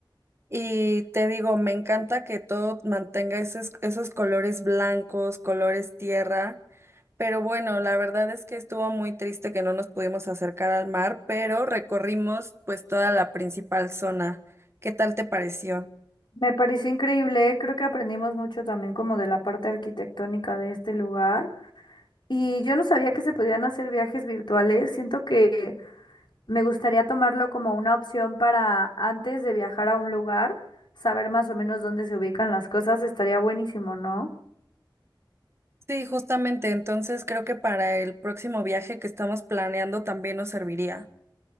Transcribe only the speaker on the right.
Y te digo, me encanta que todo mantenga esos, esos colores blancos, colores tierra. Pero bueno, la verdad es que estuvo muy triste que no nos pudimos acercar al mar, pero recorrimos pues toda la principal zona. ¿Qué tal te pareció?
Sí, justamente, entonces creo que para el próximo viaje que estamos planeando también nos serviría.